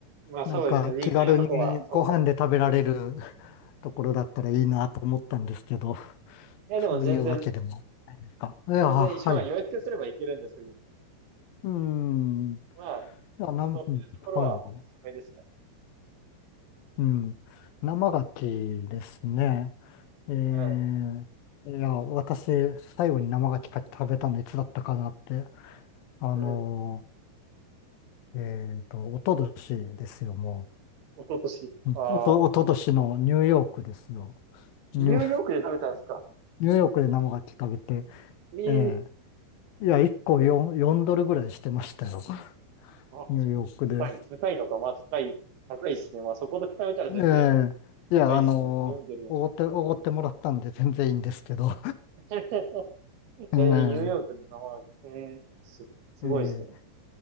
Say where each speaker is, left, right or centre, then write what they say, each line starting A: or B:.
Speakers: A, on the right; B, on the left.
A: まあそうですね、
B: なんか気軽にご飯で食べられる
A: 人気なとこは、その、
B: <laughs> ところだったらいいなと思ったんですけど、
A: いやでも全然
B: そういうわけでもないか。いや、
A: 全然、
B: はい。
A: 一応まあ予約すればいけるんですぐに。
B: うん。い
A: まあ、
B: や、なん、
A: そういうところはおすすめですね。
B: うんはい。うん。生牡蠣ですね。えー、
A: はい。
B: いや、私、最後に生牡蠣食べたのいつだったかなって、あの
A: うん。
B: ー、えっと、おととしですよ、も
A: おととし。
B: う。うんおと、
A: ああ、
B: おととしのニューヨークですよ。ニュ、
A: ニューヨークで食べたんですか。
B: ニューヨークで生牡蠣食べて、
A: ええ
B: ええいや、1個4、よんドルぐらいしてましたよ、
A: あ、
B: ニューヨークで。
A: じゃ高い。高いのか。まあ、高い。高いですね。まあ、そこと比べたら全然
B: ええいや、
A: 高いですね。
B: あのー、
A: 4ドルは。
B: おごって、おごってもらったんで全然いいんですけど、
A: <laughs> えー、ニューヨークの生なんですねえーす、
B: <laughs> えー、
A: すごいですね。
B: ええ。